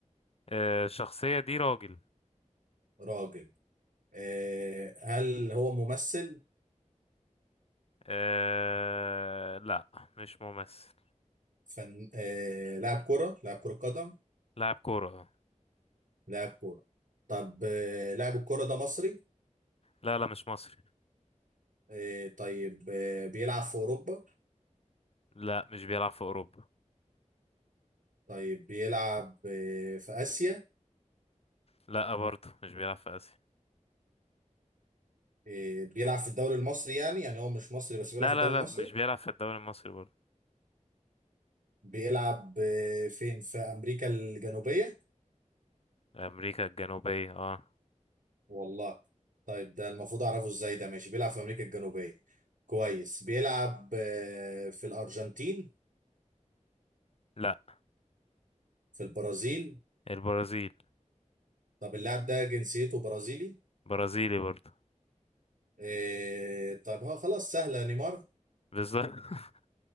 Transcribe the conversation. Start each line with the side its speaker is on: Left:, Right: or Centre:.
Left: آه، الشخصية دي راجل
Right: راجل إيه هل هو ممثل
Left: آه، لا مش ممثل
Right: فن... إيه لاعب كرة لاعب كرة قدم
Left: لاعب كورة آه.
Right: لاعب كورة طب آه، لاعب الكورة ده مصري
Left: لا لا مش مصري
Right: آه، طيب آه، بيلعب في أوروبا
Left: لا مش بيلعب في أوروبا
Right: طيب بيلعب آه، في آسيا
Left: لا برضه مش بيلعب في آسيا
Right: آه، بيلعب في الدوري المصري يعني يعني هو مش مصري بس بيلعب
Left: لا
Right: في الدوري
Left: لا لا
Right: المصري
Left: مش بيلعب في الدوري المصري برضه
Right: بيلعب آه، فين في أمريكا الجنوبية
Left: أمريكا الجنوبية اه
Right: والله طيب ده المفروض أعرفه إزاي ده ماشي بيلعب في أمريكا الجنوبية كويس بيلعب آه، في الأرجنتين
Left: لا
Right: في البرازيل
Left: البرازيل
Right: طب اللاعب ده جنسيته برازيلي
Left: برازيلي برضه
Right: آه، طب هو خلاص سهلة نيمار
Left: بالظبط <laughs>